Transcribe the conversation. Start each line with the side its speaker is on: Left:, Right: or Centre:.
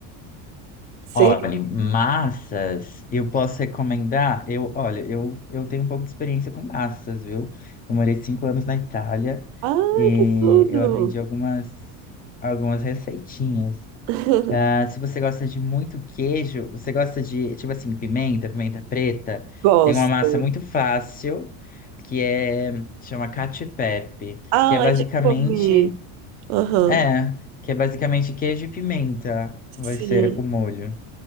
Right: Você...
Left: Olha, massas, eu posso recomendar? Eu, olha, eu, eu tenho um pouco de experiência com massas, viu? Eu morei cinco anos na Itália
Right: Ai,
Left: e
Right: que tudo!
Left: eu aprendi algumas, algumas receitinhas.
Right: <laughs>
Left: Ah, se você gosta de muito queijo, você gosta de, tipo assim, pimenta, pimenta preta,
Right: Gosto.
Left: tem uma massa muito fácil que é, chama cacio e pepe,
Right: Ai,
Left: que é basicamente,
Right: já comi. Aham.
Left: é, que é basicamente queijo e pimenta, vai
Right: Sim.
Left: ser o molho.